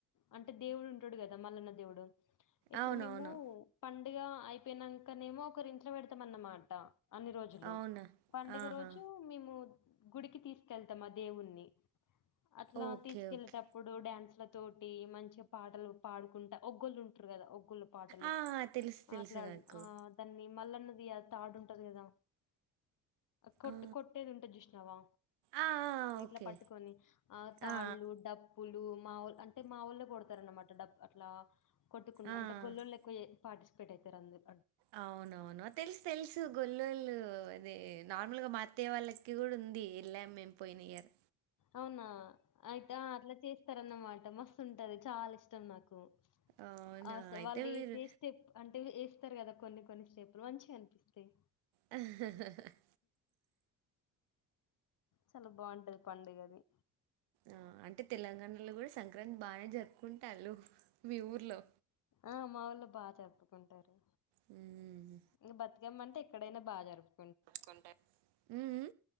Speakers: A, on the left (about 50°); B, on the right (about 75°).
A: అంటే దేవుడుంటాడు గదా మల్లన్న దేవుడు ఇప్పుడు
B: అవునవును
A: మేము పండుగ అయిపోయినంకనేమో ఒకరింట్లో పెడ్తమ్ అన్నమాట అన్ని రోజులు
B: అవునా
A: పండుగ
B: ఆహా
A: రోజు మేము గుడికి తీసుకెళ్తాం ఆ దేవుని అట్లా
B: ఓకే
A: తీసుకెళ్ళెటపుడు
B: ఓకే
A: డాన్స్ తోటి మంచిగ పాటలు పాడుకుంటా ఓగ్గోలుంటారు గదా ఓగ్గో లు పాటలు
B: ఆ తెలుసు తెలుసు
A: మాట్లాడ్
B: నాకు
A: ఆ దాన్ని మల్లన్న అది తాడుంటది గదా కొట్
B: ఆ
A: కొట్టేదుంటది జూసినవా
B: ఆ ఆ ఓకే
A: ఇట్లా పట్టుకొని ఆ! తాళ్ళు
B: ఆ
A: డప్పులు మా వోల్ అంటే మా వోళ్ళే కొడ్తా రన్నమాట డప్ అట్లా కొట్టుకుండ
B: ఆ ఆ
A: అంటే గొల్లోల్ ఎక్కువ ఏ పార్టీస్పెట్ అయితర్ అందరూ
B: అవునవును తెల్స్ తెల్సు గొల్లోలు అదే నార్మల్గా మా అత్తయ్య వాళ్ళకి కూడా ఉంది ఎల్లామ్ మేము పోయిన ఇయర్
A: అవునా అయితే ఆ అట్లా చేస్తారన్నమాట మస్తుంటది చాలా ఇష్టం నాకు
B: అవునా!
A: హా సా
B: అయితే
A: వాళ్ళు
B: మీరు
A: ఏసె స్టేప్ అంటే ఏ స్తరు గదా కొన్ని కొన్ని స్టేప్పులు మంచిగనిపిస్తాయి
B: హిహిహిహి <unintelligible>
A: చాలా బాగుంటది పండుగది
B: ఆ అంటే తెలంగాణలో గూడా సంక్రాంతి బానే జరుపుకుంటాలు మీ ఊర్లో
A: ఆ మా ఊర్లో బాగ జరుపుకుంటారు
B: హ్మ్.
A: ఇగ బత్ రమ్మంటే ఇక్కడైనా బాగ జరుప్
B: కొంటే <unintelligible> ఉమ్ ఉమ్